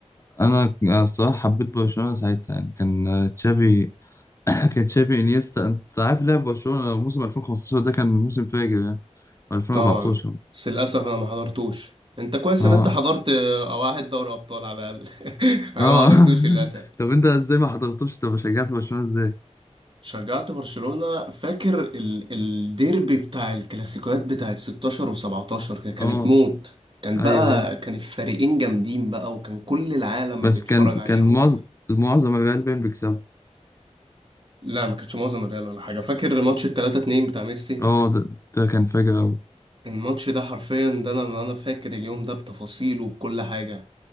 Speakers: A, on the left (about 25°); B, on the right (about 45°).
A: أنا الصراحة حبيت برشلونة ساعتها يعني كان آه، تشافي <coughs> <clears throat> كان تشافي انيستا أنت عارف لعب برشلونة موسم 2015 ده كان موسم فاجر يعني 2014
B: طبعا بس للاسف انا ما حضرتوش انت كويس
A: اه
B: ان انت حضرت آه، واحد دوري ابطال على الاقل <laughs> انا
A: اه
B: ما حضرتوش
A: <laughs>
B: للاسف
A: طب أنت ازاي ما حضرتوش طب شجعت برشلونة ازاي؟
B: شجعت برشلونة فاكر ال... الديربي بتاع الكلاسيكوات بتاعت 16 و17 كانت
A: اه
B: موت كان
A: ايوه
B: بقى
A: ايوه
B: كان الفريقين جامدين بقى وكان كل العالم
A: بس
B: بيتفرج
A: كان
B: عليهم
A: كان معظم معظم الريال باين بيكسبوا
B: لا ما كانتش معظم الريال ولا حاجة فاكر ماتش ال 3-2 بتاع ميسي
A: اه ده, ده كان فاجر أوي
B: الماتش ده حرفيا ده انا انا فاكر اليوم ده بتفاصيله بكل حاجة